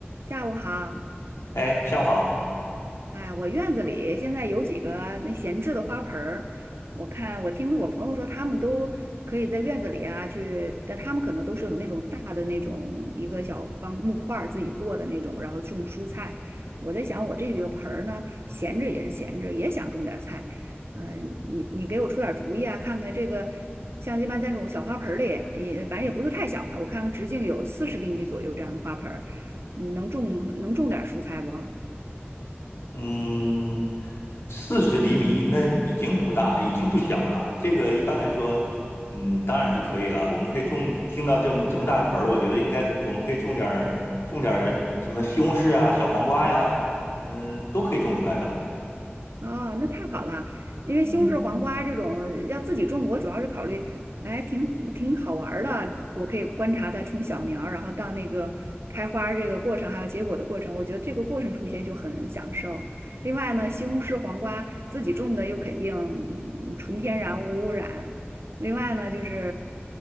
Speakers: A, on the right; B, on the left.
A: 下午好，
B: 哎，下午好。
A: 哎，我院子里现在有几个那闲置的花盆儿，我看我听我朋友说他们都可以在院子里啊去，但他们可能都是有那种大的那种一个小方木块儿自己做的那种，然后种蔬菜。我在想我这几个盆儿呢，闲着也是闲着，也想种点儿菜。嗯、你你给我出点儿主意啊，看看这个像一般在这种小花盆儿里，也反正也不是太小吧，我看看直径有四十厘米左右这样的花盆儿，你能种能种点儿蔬菜不？
B: 嗯，四十厘米那已经不大，已经不小了。这个一般来说，嗯，当然是可以了。我们可以种，听到这么这么大的盆儿，我觉得应该我们可以种点儿种点儿什么西红柿啊、小黄瓜呀，嗯，都可以种出来的。
A: 哦，那太好了，因为西红柿黄瓜这种要自己种，
B: 嗯
A: 我主要是考虑，哎，挺挺好玩儿的，我可以观察它从小苗儿，然后到那个开花儿这个过程，还有结果的过程，我觉得这个过程出现就很享受。另外呢，西红柿黄瓜自己种的又肯定嗯纯天然无污染。另外呢，就是